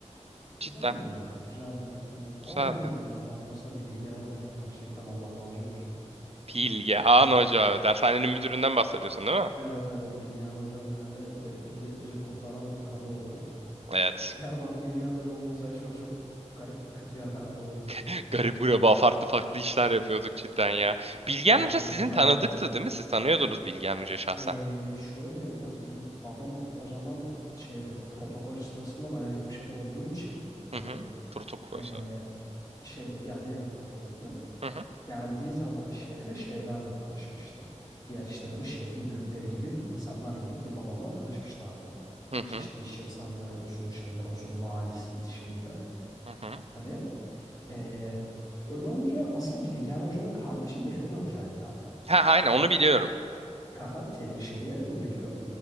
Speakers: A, on the right; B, on the left.
A: Cidden.
B: güzeldi ya güzeldi. Hani ama
A: Güzeldi.
B: bilmiyorum ya ben mesela Bilgehan hocam gerçekten Allah razı olsun.
A: Bilgehan
B: Hani
A: Hoca. Dershanenin müdüründen bahsediyorsun değil mi?
B: Evet evet Bilgehan hocam yani be- bizi, bizi kurtaran kadın olur bu.
A: Evet.
B: Eğer bak Bilgehan hoca olmasaydı şu an çok garip ve kötü yerlerde olabilirdik.
A: <laughs> Garip gureba farklı farklı işler yapıyorduk cidden ya. Bilgehan
B: Evet
A: Hoca
B: yani
A: sizin
B: hani
A: tanıdıktı değil mi? Siz tanıyordunuz Bilgehan Hoca şahsen.
B: eee, şöyle ya benim babam o zaman şeyde protokol sırasında bayağı yüksek olduğu için hani
A: Hı hı. Protokol.
B: eee, şeyde yani devlet protokolünde
A: Hı hı.
B: Geldiği zaman şehre şeylerle tanışmıştı. Diğer işte böyle şehrin büyükleri gibi insanlar gelip bir babamla tanışmışlardı.
A: Hı hı.
B: Çeşitli iş insanları olsun, şeyler olsun, valisiydi, şeydi.
A: Hı hı.
B: Hani eee, öyle olunca asıl Bilgehan Hoca'nın kardeşi Berrin Hoca'ydı zaten.
A: Ha aynen onu biliyorum.
B: Haha, TED'in şeyi, müdürü.